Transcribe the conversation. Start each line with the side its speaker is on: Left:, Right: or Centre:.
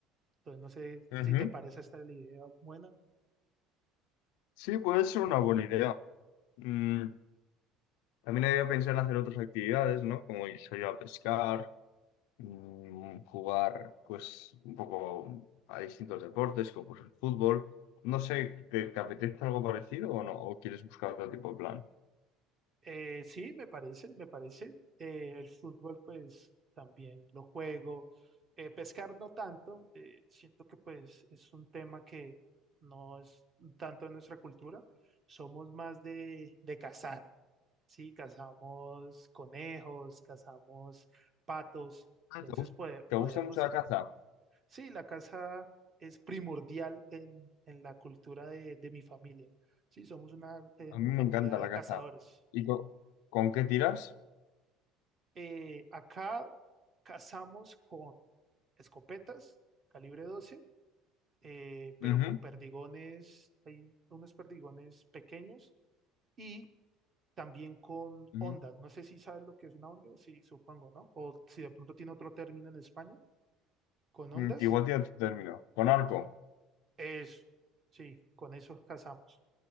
Right: Entonces, no sé
Left: Ujú.
Right: si te parece esta la idea buena.
Left: Sí, puede ser una buena idea. Mm, también había pensado en hacer otras actividades, ¿no? Como ir a pescar mm, jugar pues un poco a distintos deportes, como pues, el fútbol. No sé, ¿te, te apetece algo parecido o no? ¿O quieres buscar otro tipo de plan?
Right: Eh, sí, me parece, me parece. Eh, el fútbol, pues, también lo juego. Eh, pescar no tanto. eh, siento que, pues, es un tema que no es tanto de nuestra cultura. Somos más de, de cazar, ¿sí? Cazamos conejos, cazamos patos.
Left: Ah,
Right: Entonces,
Left: ¿Te gus-
Right: pues,
Left: te
Right: podríamos
Left: gusta mucho la caza?
Right: Sí, la casa es primordial en, en la cultura de, de mi familia. Sí, somos una, eh,
Left: A
Right: una
Left: mí
Right: familia
Left: me encanta
Right: de
Left: la
Right: cazadores.
Left: caza. ¿Y co- con, qué tiras?
Right: Eh, acá cazamos con escopetas, calibre 12, eh,
Left: Ujú,
Right: pero con perdigones, hay unos perdigones pequeños y también con
Left: ujú.
Right: ondas. No sé si sabes lo que es una onda, sí, supongo, ¿no? O si de pronto tiene otro término en España, con ondas.
Left: Mm, Igual tienes tu término. ¿Con arco?
Right: Eso, sí, con eso cazamos.